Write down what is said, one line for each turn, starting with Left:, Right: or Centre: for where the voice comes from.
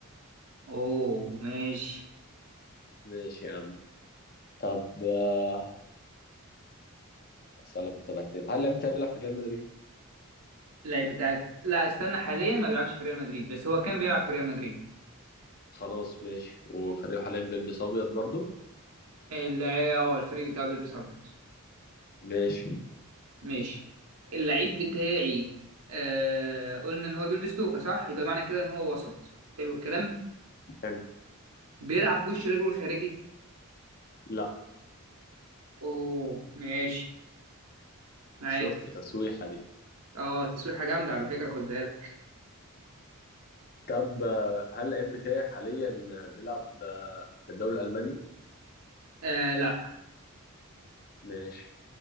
Right: اوه ماشي
Left: ماشي يا عم طب آه اسالك انت بقى تاني. هل اللعيب بتاعي بيلعب في ريال مدريد
Right: اللعيب بتاعك لا استنى حاليا ما بيلعبش في ريال مدريد بس هو كان بيلعب في ريال مدريد
Left: خلاص ماشي وفريقه حاليا بيلبس ابيض برضو
Right: اللعيب اه الفريق بتاعه بيلبس ابيض
Left: ماشي
Right: ماشي اللعيب بتاعي آه... قلنا ان هو بيلبس توكة صح يبقى معنى كده ان هو وسط حلو الكلام
Left: حلو
Right: بيلعب بوش رجله الخارجي
Left: لا
Right: اوه ماشي معاك
Left: شفت التسويحه دي
Right: اه تسويحة جامدة على فكرة خد بالك
Left: طب آه، هل اللعيب بتاعي حاليا بيلعب آه، في الدوري الالماني
Right: آه لا
Left: ماشي